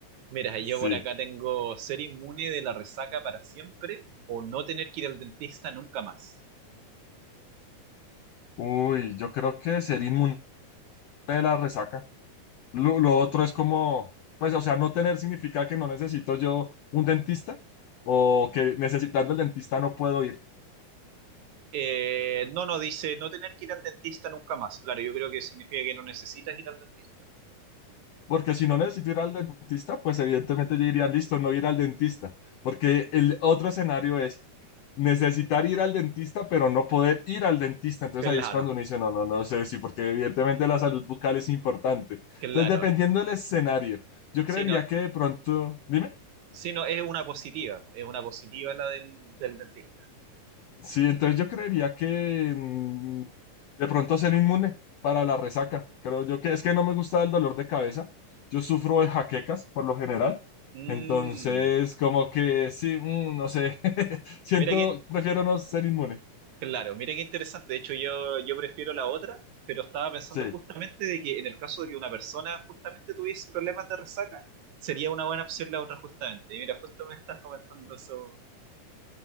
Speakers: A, on the right (about 70°); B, on the left (about 80°).
A: Mira, yo
B: Sí.
A: por acá tengo ser inmune de la resaca para siempre o no tener que ir al dentista nunca más.
B: Uy, yo creo que ser inmune de la resaca. Lo, lo otro es como, pues, o sea, no tener significa que no necesito yo un dentista o que necesitando el dentista no puedo ir.
A: Eh, no, no, dice no tener que ir al dentista nunca más. Claro, yo creo que significa que no necesitas ir al dentista.
B: Porque si no necesito ir al dentista, pues evidentemente yo diría, listo, no ir al dentista. Porque el otro escenario es necesitar ir al dentista, pero no poder ir al dentista. Entonces
A: Claro,
B: ahí es cuando uno dice, no, no, no sé sí porque evidentemente la salud bucal es importante.
A: claro.
B: Entonces, dependiendo del escenario, yo
A: Sí,
B: creería
A: no,
B: que de pronto, dime.
A: sí, no, es una positiva, es una positiva la del, del dentista.
B: Sí, entonces yo creería que mm, de pronto ser inmune para la resaca. Creo yo que es que no me gusta el dolor de cabeza. Yo sufro de jaquecas por lo general.
A: Mm,
B: Entonces, como que sí, mm, no sé. <laughs> Siento,
A: mira quién,
B: prefiero no ser inmune.
A: Claro, mira qué interesante. De hecho, yo, yo prefiero la otra, pero estaba pensando
B: Sí,
A: justamente de que en el caso de que una persona justamente tuviese problemas de resaca, sería una buena opción la otra justamente. Y mira, justo me estás comentando eso,